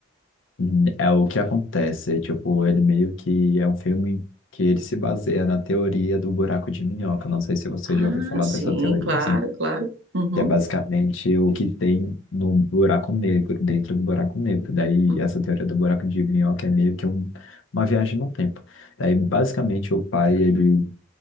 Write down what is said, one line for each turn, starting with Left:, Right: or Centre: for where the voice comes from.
Left: Hum, É o que acontece, é, tipo, ele meio que é um filme que ele se baseia na teoria do buraco de minhoca. Não sei se você
Right: Ah,
Left: já ouviu falar
Right: sim,
Left: dessa teoria
Right: claro, claro. Uhum,
Left: que é basicamente o que tem no buraco negro, dentro do buraco negro. Daí,
Right: uhum,
Left: essa teoria do buraco de minhoca é meio que um- uma viagem no tempo. Daí, basicamente, o pai, ele